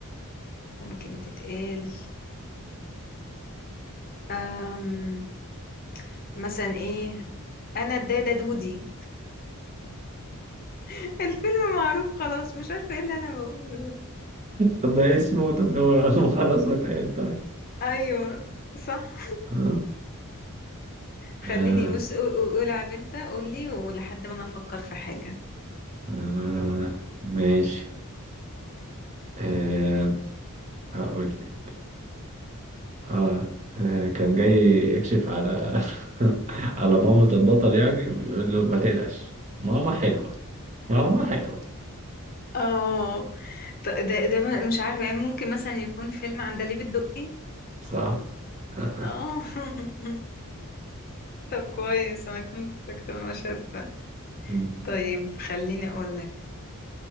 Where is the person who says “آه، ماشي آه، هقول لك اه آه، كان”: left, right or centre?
Right